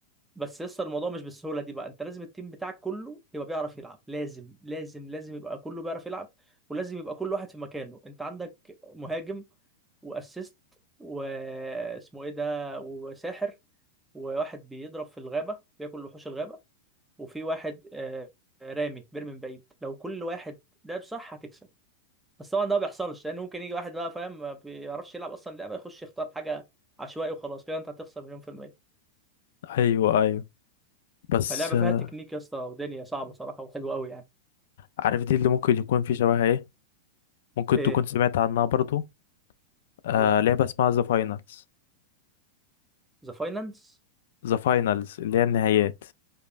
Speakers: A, in the centre; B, on the left.
A: بس لسه الموضوع مش بالسهوله دي بقى انت لازم التيم بتاعك كله يبقى بيعرف يلعب لازم لازم لازم يبقى كله بيعرف يلعب ولازم يبقى كل واحد في مكانه انت عندك مهاجم واسيست واسمه ايه ده وساحر وواحد بيضرب في الغابه بياكل وحوش الغابه وفي واحد آه، رامي بيرمي من بعيد لو كل واحد لعب صح هتكسب بس طبعا ده ما بيحصلش لان ممكن يجي واحد بقى فاهم ما بيعرفش يلعب اصلا لعبه يخش يختار حاجه عشوائي وخلاص كده انت هتخسر مليون في المية
B: أيوه أيوه بس
A: فاللعبه
B: آه،
A: فيها تكنيك يا اسطى ودنيا صعبه صراحه وحلوه قوي يعني
B: عارف دي اللي ممكن يكون في شبهها إيه ممكن
A: ايه
B: تكون سمعت عنها برضو آه
A: ايه
B: لعبة اسمها ذا فاينلز
A: ذا فاينانس
B: ذا فاينلز اللي هي النهايات